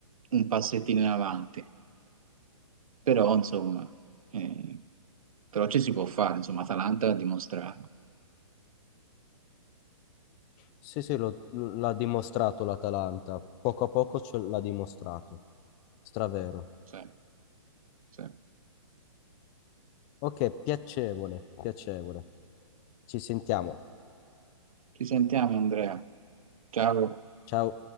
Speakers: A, on the right; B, on the left.
A: un passettino in avanti. Però, insomma, eh, però ci si può fare, insomma, Atalanta ha dimostrato.
B: sì, sì, lo- l'ha dimostrato l'Atalanta. Poco a poco ce l'ha dimostrato. Stravero.
A: Sì, sì.
B: Ok, piacevole, piacevole. Ci sentiamo.
A: Ci sentiamo, Andrea. Ciao.
B: Ciao.